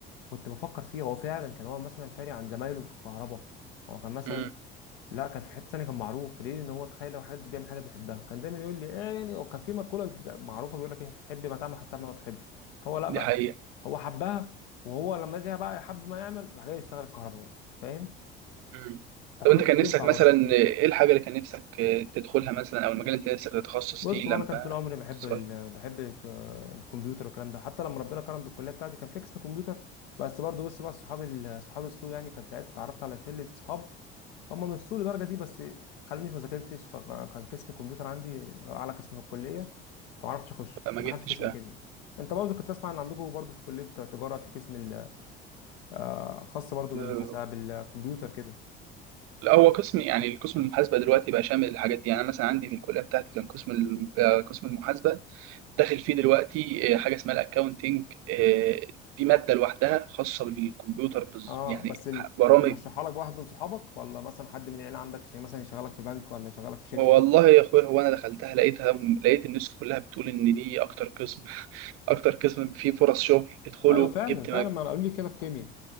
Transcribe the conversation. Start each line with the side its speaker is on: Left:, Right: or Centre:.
Left: وكنت بفكر فيها هو فعلا كان هو مثلا فارق عن زمايله في الكهرباء هو كان مثلا
Right: امم
Left: لا كان في حته ثانيه كان معروف ليه ان هو تخيل لو حد بيعمل حاجه بيحبها كان دايما يقول لي ايه يعني او كان في مقوله معروفه بيقول لك ايه حب ما تعمل حتى ما تحب هو لا
Right: دي
Left: بقى
Right: حقيقة
Left: هو حبها وهو لما جه بقى يحب ما يعمل راح جاي يشتغل الكهرباء برضه انت فاهم
Right: مم.
Left: فالحاجات
Right: طب انت كان
Left: دي بتنفع
Right: نفسك مثلا
Left: برضه
Right: ايه الحاجه اللي كان نفسك تدخلها مثلا او المجال اللي انت نفسك تتخصص
Left: بص
Right: فيه
Left: هو
Right: لما
Left: انا كان طول عمري بحب
Right: تصغر
Left: ال... بحب الك- الكمبيوتر والكلام ده حتى لما ربنا كرم بالكليه بتاعتي كان في قسم كمبيوتر بس برضه بص بقى صحاب ال... صحاب السوق يعني كان ساعتها اتعرفت على شله صحاب هم مش سوء لدرجه دي بس خلونيش ما ذاكرتش فكان قسم الكمبيوتر عندي اعلى قسم في الكليه فما عرفتش اخش
Right: فما
Left: فدخلت
Right: جبتش
Left: قسم
Right: بقى
Left: كيمياء انت برضه كنت تسمع ان عندكم برضه في كليه تجاره في قسم ال- آه، خاص برضه بالمحاسبه
Right: آه،
Left: بالكمبيوتر كده
Right: لا هو قسم يعني القسم المحاسبه دلوقتي بقى شامل الحاجات دي يعني انا مثلا عندي في الكليه بتاعتي كان قسم الم- آه، قسم المحاسبه داخل فيه دلوقتي آه، حاجه اسمها الاكاونتنج آه، دي ماده لوحدها خاصه بالكمبيوتر بز-
Left: اه
Right: يعني
Left: بس ال...
Right: برامج
Left: اللي مرشحها لك واحد من صحابك ولا مثلا حد من العيله عندك عشان مثلا يشغلك في بنك ولا يشغلك في شركه
Right: والله يا اخويا هو انا دخلتها لقيتها لقيت الناس كلها بتقول ان دي اكتر قسم <laughs> اكتر قسم فيه فرص شغل ادخله
Left: ايوه فعلا
Right: جبت
Left: فعلا
Right: مج...
Left: ما انا قالوا لي كده في كيمياء